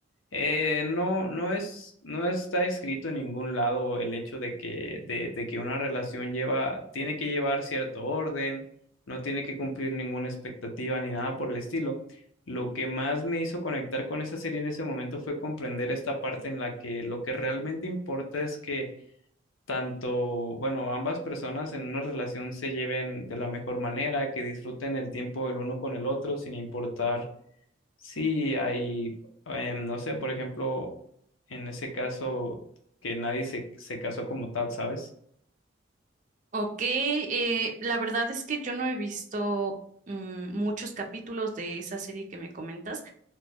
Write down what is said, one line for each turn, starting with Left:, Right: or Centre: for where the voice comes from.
Left: eh, no, no es, no está escrito en ningún lado el hecho de que, de, de que una relación lleva, tiene que llevar cierto orden, no tiene que cumplir ninguna expectativa ni nada por el estilo. Lo que más me hizo conectar con esa serie en ese momento fue comprender esta parte en la que lo que realmente importa es que tanto, bueno, ambas personas en una relación se lleven de la mejor manera, que disfruten el tiempo el uno con el otro sin importar Sí, hay, em, no sé, por ejemplo, en ese caso que nadie se, se casó como tal, ¿sabes?
Right: Ok, eh, la verdad es que yo no he visto mm, muchos capítulos de esa serie que me comentas,